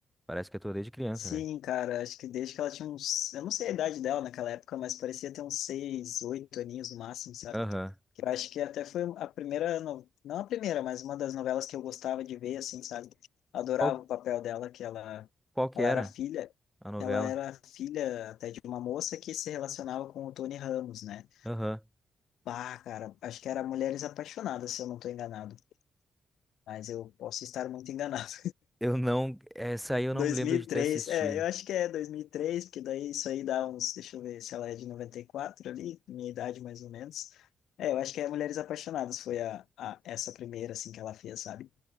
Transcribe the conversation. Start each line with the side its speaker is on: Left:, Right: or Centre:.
Centre: Parece que atua desde criança,
Left: Sim,
Centre: né?
Left: cara, acho que desde que ela tinha uns. Eu não sei a idade dela naquela época, mas parecia ter uns seis, oito aninhos no máximo, sabe?
Centre: Aham.
Left: Que eu acho que até foi a primeira. No... Não a primeira, mas uma das novelas que eu gostava de ver, assim, sabe? Adorava
Centre: Qual,
Left: o papel dela, que ela,
Centre: qual que
Left: ela
Centre: era
Left: era filha.
Centre: a novela?
Left: Ela era filha até de uma moça que se relacionava com o Tony Ramos, né?
Centre: Aham.
Left: Bah, cara, acho que era Mulheres Apaixonadas, se eu não tô enganado. Mas eu posso estar muito enganado.
Centre: Eu não. Essa aí eu
Left: 2003,
Centre: não me lembro de ter assistido.
Left: é, eu acho que é 2003, porque daí isso aí dá uns, deixa eu ver se ela é de 94 ali, minha idade mais ou menos. É, eu acho que é Mulheres Apaixonadas foi a, a essa primeira assim que ela fez, sabe?